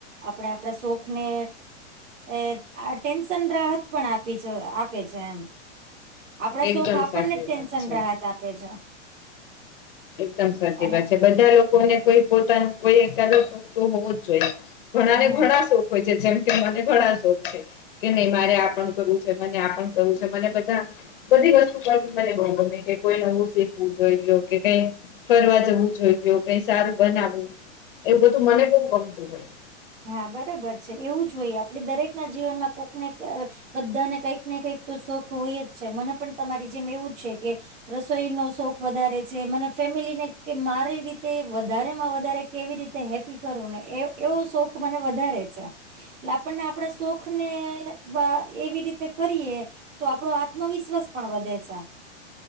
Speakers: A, on the right; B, on the left.
A: આપણે આપણા શોખ ને એ આ ટેન્શન રાહત પણ આપી છે આપે છે એમ આપણા
B: એકદમ
A: શોખ આપણને
B: સાચી
A: ટેન્શન
B: વાત છે.
A: રાહત આપે જ <unintelligible>
B: એકદમ સાચી
A: અને
B: વાત છે. બધા લોકોને કોઈ પોતાનું કોઈ એક સુખ તો હોવો જ જોઈએ ઘણા
A: હમ
B: ને ઘણા સોખ હોય છ. કે જેમ કે મને ઘણા શોખ છે. કે નહી મારે આ પણ કરવું છે મને આ પણ કરવું છે મને બધા બધી વસ્તુ કર મને બઉ ગમે કે કોઈનેવું શીખવું જોઈ લો કે કઈ ફરવા જવું જોઈ લો કઈ સારું બનાવવું એ બધું મને બહુ ગમતું હોઈ
A: હા બરાબર છે એવું જ હોઈએ આપે દરેક ના જીવનમાં કોકને અ બધાને કંઈક ને કઈક તો શોખ હોય જ છે મને પણ તમારી જેમ એવું છે કે રસોઈ નો શોખ વધારે છે મને ફેમિલીને કે મારી રીતે વધારે માં વધારે કેવી રીતે હેપી કરવું ને એવો શોખ ખ મને વધારે છે. એલે ટ આપણને આપડા શોખ ને બા એવી રીતે કરીએ તો આપડો આત્મવિશ્વાસ પણ વધે છે.